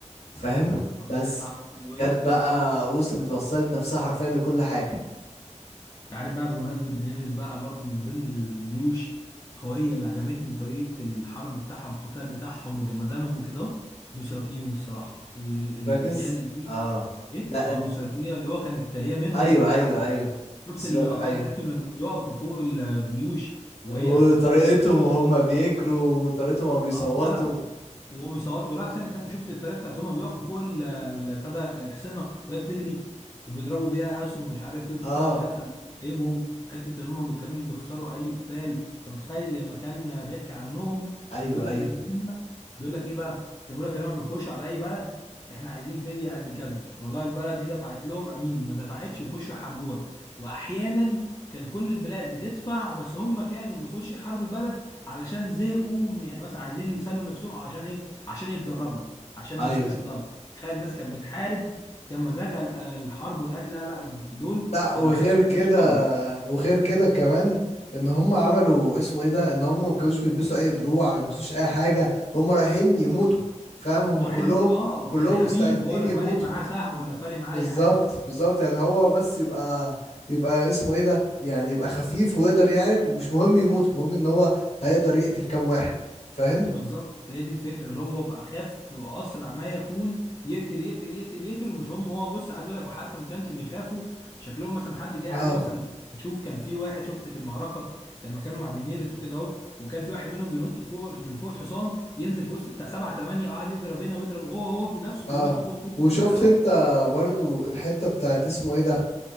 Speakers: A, on the left; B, on the left.
A: فاهم بس
B: عندك حق يا
A: جت
B: اسطى
A: بقى
B: لا لا بص
A: وصلت وصلت نفسها حرفيا لكل حاجة
B: انت عارف بقى بمناسبة دينيريس بقى برضو من ضمن الجيوش القوية اللي عجبتني طريقة الحرب بتاعها والقتال بتاعهم وجمدانهم وكده اهو دوسراكيون الصراحة ال- العيال
A: ركز
B: دي
A: اه
B: ايه
A: لا
B: اه
A: إن...
B: دوسراكيون اللي هو كانت هي منهم
A: ايوه
B: وبتاع
A: ايوه ايوه
B: شفت
A: دسر...
B: اللقطات
A: ايوه
B: بتاعتهم لما بيقفوا فوق الجيوش وهي
A: وطريقتهم
B: في فوق ال- فوق
A: وهم بيجروا وطريقتهم وهما بيصوتوا
B: اه لا لا و- وهو بيصوتوا لا ثاني ثاني شفت الطريقه بتاعت هما بيقفوا فوق ال- ال- بتاع ده الحصينه وهي بتجري وبيضربوا بيها اسهم ومش عارف ايه وبتاع
A: اه
B: وكان قلب جايبهم حته ان هم ما كانوش بيخسروا اي قتال انت متخيل لما كان بيحكي عنهم
A: ايوه
B: كان بيقول لك
A: ايوه
B: ان هم بيقول لك ايه بقى كان بيقول لك ان هم بيخشوا على اي بلد احنا عايزين فديه قد كذا والله البلد دي دفعت لهم امين ما دفعتش يخشوا يحاربوها واحيانا كان كل البلاد بتدفع بس هم كانوا بيخشوا يحاربوا البلد علشان زهقوا م- يعني مثلا عايزين يسلوا نفسهم عشان ايه عشان يتدربوا عشان
A: ايوه
B: ما ينسوش الضرب تخيل الناس كانت بتحارب كان مزاجها ال- الحرب والقتل لا لا دول
A: لا
B: كانوا
A: وغير
B: بيحسوا
A: كده
B: بجيش قوي
A: وغير كده كمان ان هم عملوا اسمه ايه ده ان هم ما كانوش بيلبسوا اي دروع ما بيلبسوش اي حاجه هم رايحين يموتوا فاهم هم
B: هم
A: كلهم
B: رايحين يموتوا اه
A: كلهم
B: كان خفيف
A: مستعدين
B: ولا
A: يموتوا
B: فارق معاه سهم ولا فارق معاه
A: بالظبط
B: اي حاجه
A: بالظبط يعني هو بس يبقى يبقى اسمه ايه ده يعني يبقى خفيف ويقدر يعرك مش مهم يموت المهم ان هو هيقدر يقتل كام واحد فاهم
B: بالظبط هي دي الفكره اللي هو بقى اخف واسرع ما يكون يقتل يقتل يقتل يقتل ومش هم هو بص عايز اقول لك وحتى ما كانش بيخافوا شكلهم مثلا حد جاي
A: اه
B: عليه مثلا شوف كان في واحد شفت في المعركه لما كانوا مع دينيرس وكده اهو وكان في واحد منهم بينط فوق من فوق الحصان ينزل في وسط بتاع سبعه ثمانيه وقعد يضرب هنا ويضرب هو هو بنفسه
A: اه
B: بينط فوق في وسط
A: وشفت
B: سبعه ثمانيه
A: انت برضو الحتة بتاعت اسمه ايه ده